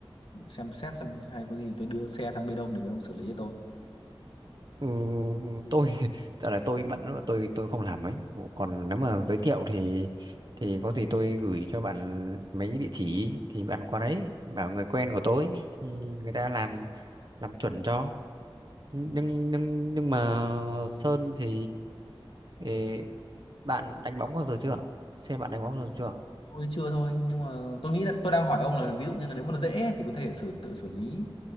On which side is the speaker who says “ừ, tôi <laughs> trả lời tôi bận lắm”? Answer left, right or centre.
Right